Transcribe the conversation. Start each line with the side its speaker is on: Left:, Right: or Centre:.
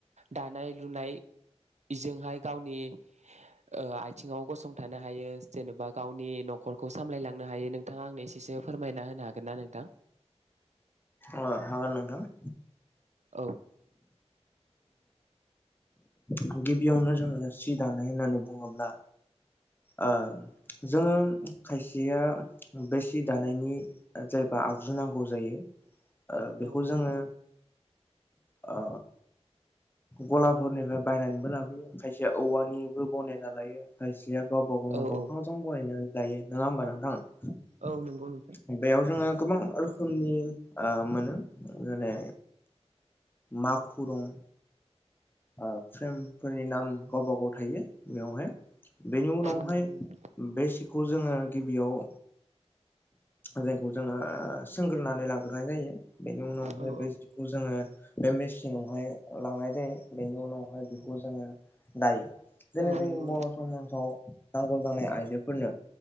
Right: दानाय लुनाय बिजोंहाय गावनि ओ आयथिङाव गसंथानो हायो जेनेबा गावनि न'खरखौ सामलायलांनो हायो नोंथाङा आंनो एस एसे फोरमायना होनो हागोन ना नोंथां?
Left: ओ हागोन नोंथां।
Right: औ
Left: उम गिबियावनो जोङो सि दानाय होन्नानै बुङोब्ला ओ जोङो खायसेया बेसि दानायनि जायबा आगजु नांगौ जायो । ओ बेखौ
Right: औ औ
Left: जोङो
Right: नंगौ नोंथां
Left: ओ गलाफोरनिफ्राय बायनानैबो लाबोयो खायसेया औवानिबो बनायना लायो खायसेया गावबा गावनो
Right: औ
Left: दंफांजों
Right: औ
Left: बनायनानै गायो नङा होनबा नोंथां
Right: औ नंगौ नोंथां
Left: बेयाव जोङो गोबां रोखोमनि ओ मोनो जेरै माखु दं ओ फ्रेमफोरनि नाम गावबागाव थायो बेवहाय बेनि उनावहाय
Right: औ नंगौ नोंथां
Left: बेसिख बे खौ जोङो गिबियाव जायखौ जोङो सोंग्रोनानै लाग्रोनाय जायो। बेनि उनाव
Right: औ
Left: बे सिखौ जोङो बे मेसिनावहाय लांनाय जायो बेनि उनावहाय बेखौ जोङो दायो
Right: औ
Left: <inaudible>
Right: नंगौ
Left: बर' समासाव नांगौ जानाय आयजोफोरनो